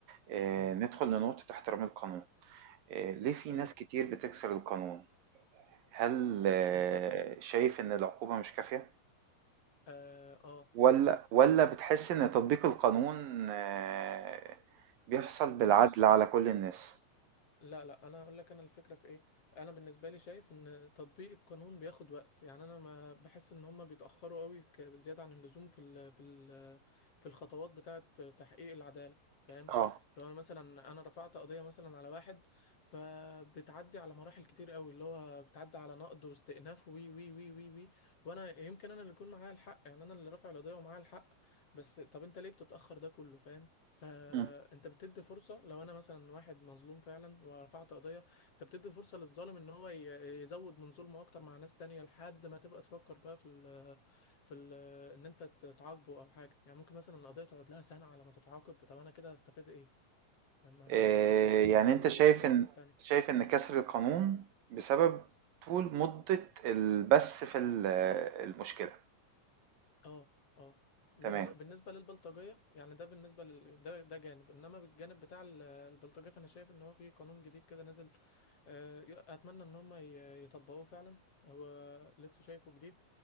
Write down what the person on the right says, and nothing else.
آه،
ندخل لنقطة احترام القانون آه، ليه في
ناس كتير بتكسر القانون؟ هل آه،
شايف إن العقوبة مش كافية؟
ولا
ولا
بتحس إن تطبيق القانون آه، بيحصل
بالعدل على كل الناس
اه
مم.
آه،
يعني أنت شايف
إن
شايف إن كسر القانون بسبب طول مدة البث في ال- آه، المشكلة
تمام